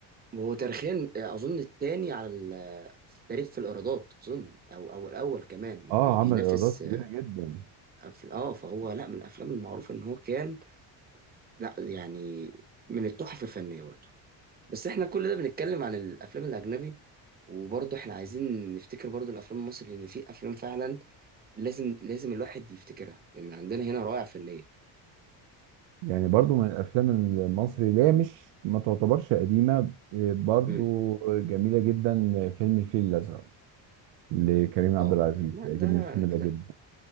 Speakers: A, on the right; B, on the right.
A: وهو تاريخيا اظن الثاني على ال- في التاريخ في الايرادات اظن او او الاول كمان
B: اه
A: بي- بينافس
B: عمل ايرادات كبيره جدا
A: أفل... اه فهو لا من الافلام المعروفه ان هو كان لا يعني من التحف الفنيه برضه بس احنا كل ده بنتكلم عن الافلام الاجنبي وبرضه احنا عايزين نفتكر برضه الافلام المصري لان في افلام فعلا لازم لازم الواحد يفتكرها لان عندنا هنا روائع فنيه
B: يعني برضو من الافلام المصري اللي هي مش ما تعتبرش قديمه إيه، برضو
A: امم
B: جميله جدا فيلم الفيل الازرق لكريم عبد
A: اه
B: العزيز
A: لا
B: عجبني
A: ده
B: الفيلم ده جدا